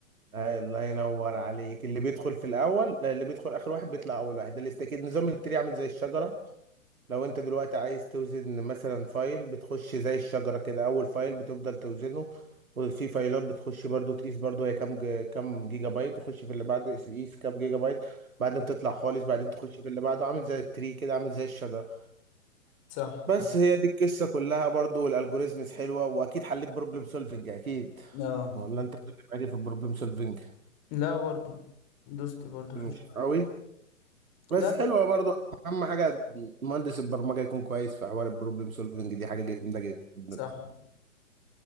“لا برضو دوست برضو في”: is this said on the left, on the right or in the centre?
Left